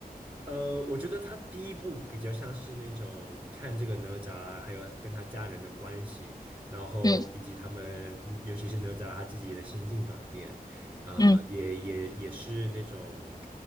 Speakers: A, on the right; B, on the left.
A: 呃，我觉得他第一部比较像是那种看这个哪吒，还有跟他家人的关系，然后以及他们，
B: <laughs> 嗯
A: 嗯尤其是哪吒他自己的心境转变，啊、
B: 嗯
A: 也也也是那种